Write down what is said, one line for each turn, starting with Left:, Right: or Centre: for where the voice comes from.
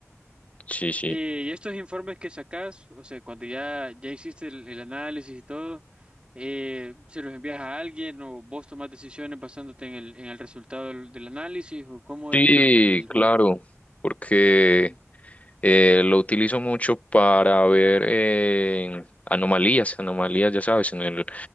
Left: Sí, sí.
Right: Eh, y estos informes que sacas o sea, cuando ya, ya hiciste el, el análisis y todo, eh, ¿se los envías a alguien o vos tomás decisiones basándote en el, en el resultado del, del análisis o cómo
Left: Sí,
Right: es el, el
Left: claro,
Right: juego?
Left: porque
Right: Ujú,
Left: Eh, lo utilizo mucho para ver eh, anomalías, anomalías, ya sabes, en el,